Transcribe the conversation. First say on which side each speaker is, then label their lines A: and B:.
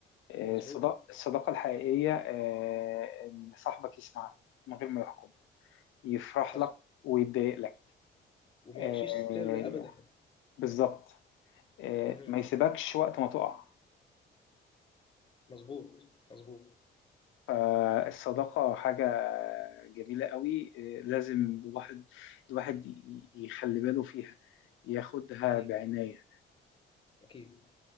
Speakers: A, on the left; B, on the left.
A: آه،
B: مظبوط
A: الصدا- الصداقة الحقيقية آه، إن صاحبك يسمعك من غير ما يحكم يفرح
B: حصل
A: لك ويتضايق لك
B: وما
A: آه،
B: يفشيش سر ابدا
A: بالظبط آه،
B: مهم.
A: ما يسيبكش وقت ما تقع
B: مظبوط مظبوط
A: فالصداقة حاجة جميلة قوي آه، لازم الواحد الواحد ي- يخلي باله فيها ياخدها
B: اكيد
A: بعناية
B: اكيد